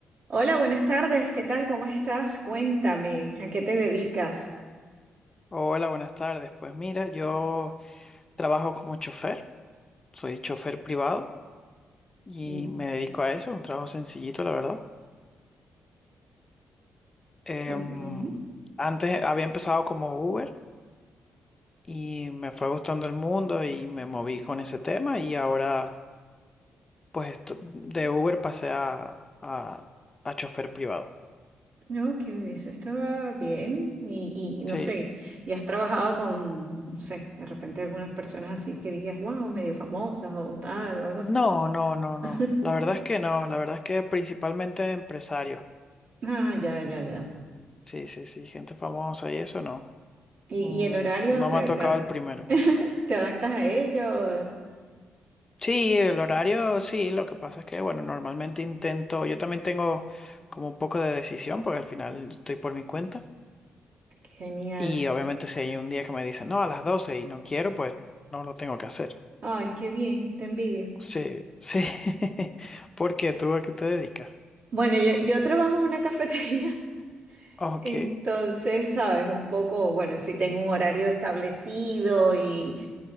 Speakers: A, on the right; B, on the left.
A: Hola, buenas tardes. ¿Qué tal? ¿Cómo estás? Cuéntame, ¿a qué te dedicas?
B: Hola, buenas tardes. Pues mira, yo trabajo como chofer, soy chofer privado y
A: Mm,
B: me dedico a eso, un trabajo sencillito, la verdad. Em,
A: Muy bien.
B: antes había empezado como Uber y me fue gustando el mundo y me moví con ese tema y ahora pues esto- de Uber pasé a, a, a chofer privado.
A: No, que eso estaba bien. Y, y no
B: Sí.
A: sé, ¿y has trabajado con, no sé, de repente algunas personas así que digas, wow, medio famosas o tal o algo así?
B: No, no, no, no.
A: <laughs>
B: La verdad es que no, la verdad es que principalmente empresarios.
A: Ah, ya, ya, ya.
B: Sí, sí, sí, gente famosa y eso no.
A: ¿Y,
B: Mm,
A: y el horario
B: No
A: te,
B: me ha tocado
A: te a-
B: el primero.
A: <laughs> te adaptas a ellos?
B: Sí, el horario, sí, lo que pasa es que, bueno, normalmente intento, yo también tengo como un poco de decisión, porque al final estoy por mi cuenta.
A: Genial.
B: Y obviamente si hay un día que me dicen, no, a las 12 y no quiero, pues no lo tengo que hacer.
A: Ay, qué bien, te envidio.
B: Sí, sí. <laughs> ¿Por qué? ¿Tú a qué te dedicas?
A: Bueno, yo, yo trabajo en una <laughs> cafetería.
B: Ok,
A: Entonces, sabes, un poco, bueno, sí tengo un horario establecido y,